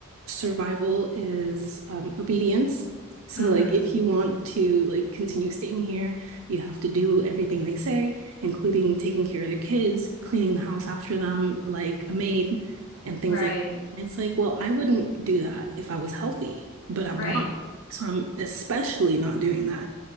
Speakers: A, on the right; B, on the left.
A: survival is um, obedience. So
B: hmm
A: like if you want to like continue staying here, you have to do everything they say, including taking care of the kids, cleaning the house after them like a maid, and things
B: Right.
A: like that. It's like, well, I wouldn't do that if I was healthy, but I'm
B: Right.
A: not. So I'm especially not doing that.